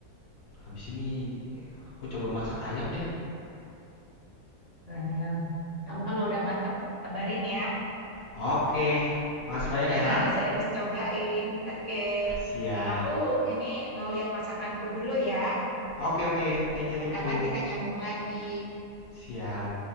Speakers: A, on the left (about 60°); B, on the right (about 70°).
A: Habis ini aku coba masak ayam deh.
B: Eh, kamu kalau udah mateng, kabarin ya.
A: Oke, makasih banyak
B: <laughs>
A: ya, Kak.
B: Saya harus cobain. Oke.
A: Ah, siap.
B: Aku ini mau lihat masakanku dulu ya.
A: Oke oke, thank you thank
B: Kapan-kapan
A: you.
B: kita nyambung lagi.
A: Siap.